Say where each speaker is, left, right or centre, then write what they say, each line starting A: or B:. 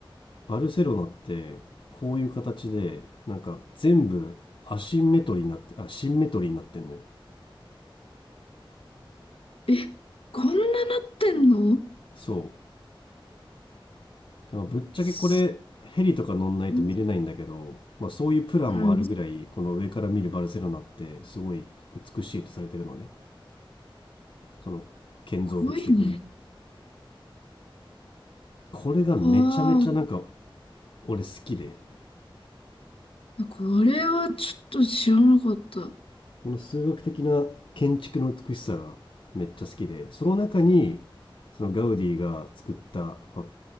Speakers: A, on the left (about 65°); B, on the left (about 85°).
A: バルセロナってこういう形でなんか全部アシンメトリーになってあシンメトリーになってんのよ
B: え、こんななってんの
A: そうでもぶっちゃけこれヘリとか乗んないと見れないんだけど、
B: すごい。
A: まあ、そういうプランもあるぐらいこの上から見るバルセロナってすごい
B: うん。
A: 美しいとされてるのねその建造物的に
B: 濃いね。
A: これがめちゃめちゃなんか
B: はあ。
A: 俺好きで
B: いや、これはちょっと知らなかった。
A: この数学的な建築の美しさがめっちゃ好きで、その中にそのガウディが作った、まあ